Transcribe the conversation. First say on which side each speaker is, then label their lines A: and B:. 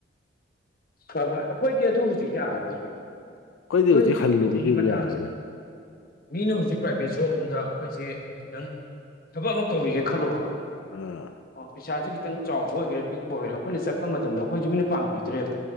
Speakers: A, on the left (about 50°); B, on the left (about 85°).
A: ꯐꯕꯣꯏ ꯑꯩꯈꯣꯏꯗꯤ ꯑꯗꯨ ꯍꯧꯖꯤꯛ ꯌꯥꯔꯔꯣꯏꯌꯦ
B: ꯑꯩꯈꯣꯏꯗꯤ
A: ꯑꯩꯈꯣꯏ ꯍꯧꯖꯤꯛ
B: ꯍꯜꯂꯨꯕꯗꯤ
A: ꯑꯩꯈꯣꯏ ꯆꯍꯤ
B: ꯑꯃꯨꯛ
A: ꯃꯇꯥꯡꯁꯤꯗꯅꯤ
B: ꯌꯥꯔꯔꯣꯏ
A: ꯃꯤꯅ ꯍꯧꯖꯤꯛ ꯄ꯭ꯔꯥꯏꯚꯦꯠ ꯖꯣꯕ ꯑꯝꯗ ꯑꯩꯈꯣꯏꯁꯦ ꯈꯤꯇꯪ ꯊꯕꯛ ꯑꯃ ꯀꯧꯔꯛꯑꯦ ꯈꯜꯂꯣꯕ
B: ꯑꯥ
A: ꯑꯣ ꯄꯁꯥꯖꯤ ꯈꯤꯇꯪ ꯆꯥꯎꯕ ꯑꯣꯏꯒꯦꯔꯥ ꯄꯤꯛꯄ ꯑꯣꯏꯒꯦꯔ ꯑꯩꯈꯣꯏꯅ ꯆꯠꯄ ꯃꯇꯝꯗ ꯑꯩꯈꯣꯏꯁꯨ ꯃꯤꯅ ꯄꯥꯝꯕꯤꯗ꯭ꯔꯦꯕ